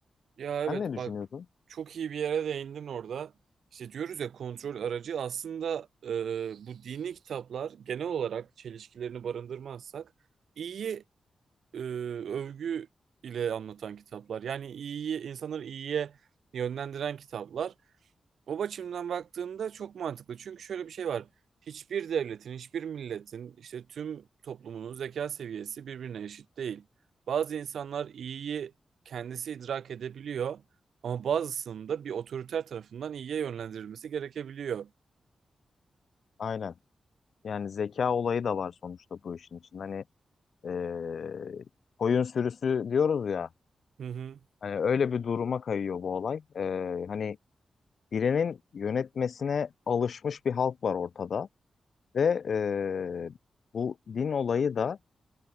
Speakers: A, on the right; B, on the left.
A: Ya evet
B: Sen ne düşünüyorsun?
A: bak çok iyi bir yere değindin orada. İşte diyoruz ya kontrol aracı aslında e, bu dini kitaplar genel olarak çelişkilerini barındırmazsak iyiyi e, övgü ile anlatan kitaplar. Yani iyiyi insanları iyiye yönlendiren kitaplar. O açımdan baktığında çok mantıklı. Çünkü şöyle bir şey var. Hiçbir devletin, hiçbir milletin, işte tüm toplumunun zeka seviyesi birbirine eşit değil. Bazı insanlar iyiyi kendisi idrak edebiliyor ama bazısının da bir otoriter tarafından iyiye yönlendirilmesi gerekebiliyor.
B: Aynen. Yani zeka olayı da var sonuçta bu işin için. Hani eee koyun sürüsü diyoruz ya.
A: Hı hı.
B: Hani öyle bir duruma kayıyor bu olay. Eee, hani birinin yönetmesine alışmış bir halk var ortada ve eee, bu din olayı da